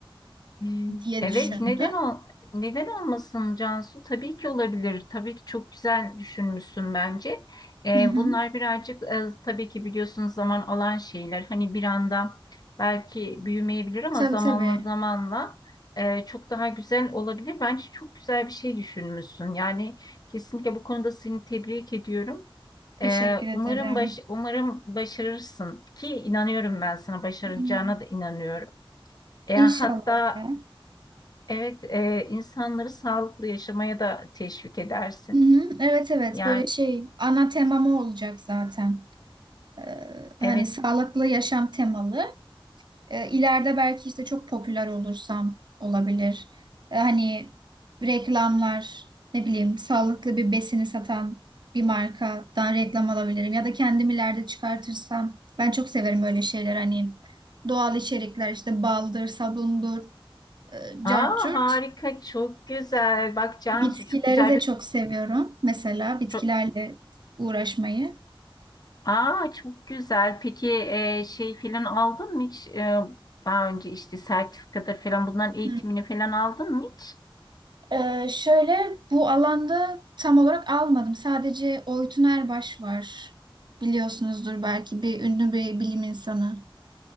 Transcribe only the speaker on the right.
diye
düşündüm.
Hı hı.
Tabii
tabii.
Teşekkür
ederim.
Hı.
İnşallah
ya.
Hı hı. Evet evet
böyle şey ana temamı olacak zaten. Ee, hani
sağlıklı yaşam temalı. E, ileride belki işte çok popüler olursam olabilir. E, hani reklamlar, ne bileyim sağlıklı bir besini satan bir markadan reklam alabilirim. Ya da kendim ileride çıkartırsam. Ben çok severim öyle şeyler hani doğal içerikler işte baldır, sabundur, e,
cart curt.
Bitkileri
de
çok seviyorum. Mesela bitkilerle
uğraşmayı.
Hı
Ee, şöyle bu alanda tam olarak almadım. Sadece Oytun Erbaş var. Biliyorsunuzdur belki bir ünlü bir bilim insanı.